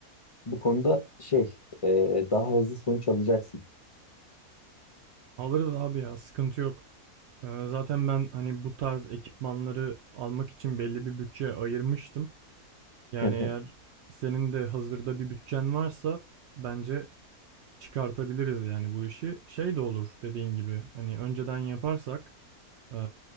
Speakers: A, on the left (about 45°); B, on the right (about 70°).
A: bu konuda şey e, daha hızlı sonuç alacaksın.
B: Alırız abi ya sıkıntı yok. Eee, zaten ben hani bu tarz ekipmanları almak için belli bir bütçe ayırmıştım. Yani
A: Hı hı,
B: eğer senin de hazırda bir bütçen varsa bence çıkartabiliriz yani bu işi. Şey de olur dediğin gibi hani önceden yaparsak e,